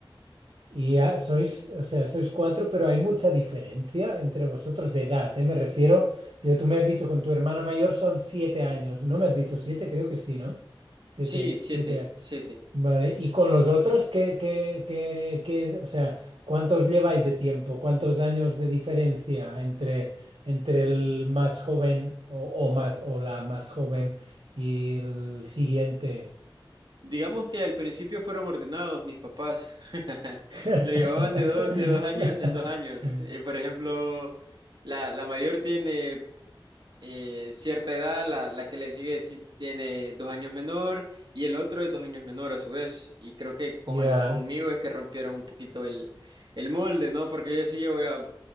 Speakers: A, on the right; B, on the right.
A: Y ya sois, o sea, sois cuatro, pero hay mucha diferencia entre vosotros de edad, ¿eh? Me refiero, digo, tú me has dicho con tu hermana mayor son siete años, ¿no me has dicho
B: Ujú.
A: siete? Creo que sí, ¿no? Siete,
B: Sí, siete,
A: siete.
B: siete.
A: Vale, y con los otros, ¿qué, qué, qué, qué- o sea, cuántos lleváis de tiempo? ¿Cuántos años de diferencia entre, entre el más joven o, o más o la más joven y el siguiente?
B: Digamos que al principio fueron ordenados mis papás. <laughs>
A: <laughs>
B: Lo llevaban de dos, de dos años en dos años. Eh, por ejemplo, la, la mayor tiene eh, cierta edad, la, la que le sigue sí tiene dos años menor y el otro es dos años menor a su vez. Y creo que con
A: Ya.
B: el, conmigo es que rompieron un poquito el, el molde, ¿no? Porque yo sí yo voy a...